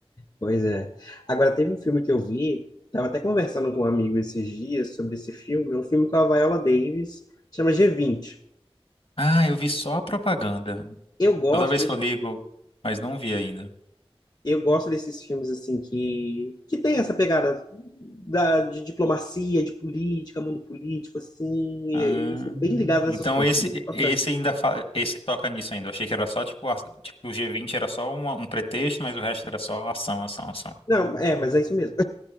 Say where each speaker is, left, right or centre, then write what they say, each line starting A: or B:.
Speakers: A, on the left; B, on the left.
A: pois é. Agora teve um filme que eu vi, tava até conversando com um amigo esses dias sobre esse filme, é um filme com a Viola Davis, chama G20.
B: Ah, eu vi só a propaganda.
A: Eu gosto,
B: Toda vez
A: de-
B: que eu ligo, mas não vi ainda.
A: eu gosto desses filmes assim que que tem essa pegada da, de diplomacia, de política, mundo político assim,
B: Ah,
A: eu, eu sou bem ligado nessas
B: então
A: coisas,
B: esse
A: bastante.
B: esse ainda fa- esse toca nisso ainda. Eu achei que era só tipo a- tipo o g vinte era só uma- um pretexto, mas o resto era só ação, ação, ação.
A: Não, é, mas é isso mesmo.